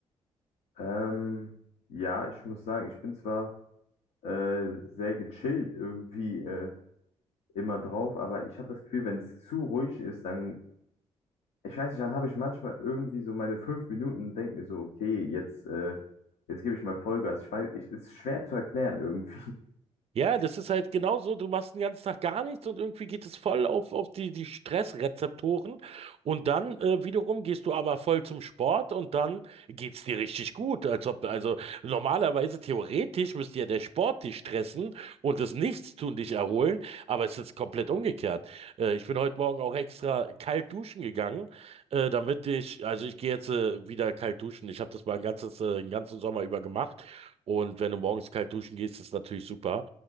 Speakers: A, on the left (about 80°); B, on the right (about 45°).
A: Ähm, ja, ich muss sagen, ich bin zwar äh, sehr gechillt irgendwie äh, immer drauf, aber ich habe das Gefühl, wenn es zu ruhig ist, dann, ich weiß nicht, dann habe ich manchmal irgendwie so meine fünf Minuten und denke mir so, okay, jetzt, äh, jetzt gebe ich mal Vollgas. Ich weiß, ich, es ist schwer zu erklären irgendwie.
B: Ja, das ist halt genau so. du machst den ganzen Tag gar nichts und irgendwie geht es voll auf, auf die, die Stressrezeptoren und dann äh, wiederum gehst du aber voll zum Sport und dann geht's dir richtig gut. Als ob, also normalerweise theoretisch müsste ja der Sport dich stressen und das Nichtstun dich erholen, aber es ist komplett umgekehrt. Äh, ich bin heute Morgen auch extra kalt duschen gegangen, äh, damit ich, also ich gehe jetzt äh, wieder kalt duschen. Ich habe das mal ein ganzes, äh, den ganzen Sommer über gemacht. Und wenn du morgens kalt duschen gehst, ist natürlich super.